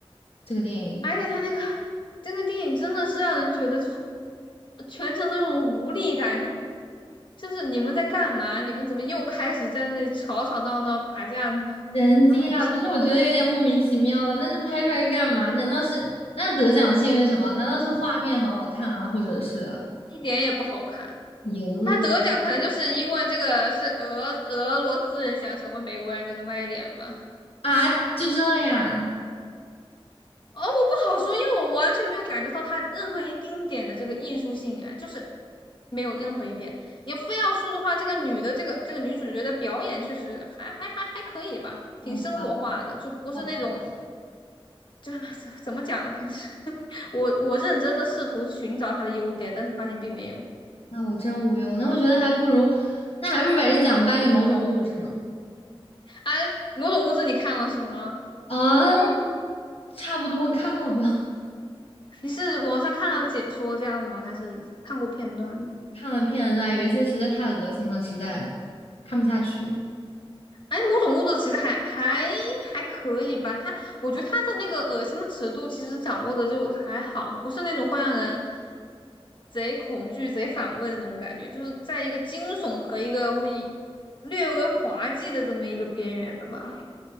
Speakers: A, on the left (about 70°); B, on the left (about 55°).
A: 这个电影。
B: 而且他那个这个电影真的是让人觉得就是全程那种无力感，就是就是你们在干嘛？你们怎么又开始在那里吵吵闹闹打架吗？
A: 人机啊，
B: 啊，操，
A: 不是，我觉得有点莫名其妙了，那就拍出来干嘛？难道是那得奖是因为什么？难道是画面很好看啊，或者是
B: 一点也不好看。
A: 赢
B: 他得奖可能就是因为这个是俄俄罗斯人想成为美国人这个卖点吧。
A: 啊？就这样？
B: 哦，我不好说，因为我完全没有感受到它任何一丁点的这个艺术性，哎，就是没有任何一点。你要非要说的话，这个女的这个这个女主角的表演确实还还还还可以吧，
A: 好吧，
B: 挺生活化的，就不是那种
A: 好吧，
B: 这怎怎么讲呢？反正 <laughs> 我我认真的试图寻找她的优点，但是发现并没有。
A: 那我真无忧，那我觉得还不如，那还不如把这奖颁给某种物质呢。
B: 哎，《某种物质》你看了是吗？
A: 啊，差不多看了吧。
B: 你是网上看了解说这样子吗？还是看过片段呢？
A: 看了片段，有一些实在太恶心了，实在看不下去。
B: 哎，某种物质其实还还还可以吧，他我觉得他的那个恶心的尺度其实掌握的就还好，不是那种会让人贼恐惧、贼反胃的那种感觉，就是在一个惊悚和一个会略微滑稽的这么一个边缘的吧。